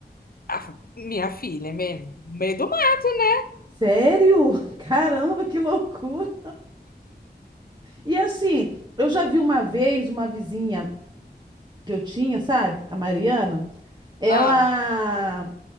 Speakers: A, on the left; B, on the right.
A: Ah, minha filha, mesmo. Meio do mato. né?
B: Sério? <laughs> Caramba, que loucura! E assim, eu já vi uma vez uma vizinha que eu tinha, sabe? A Mariana. Ela
A: Ah,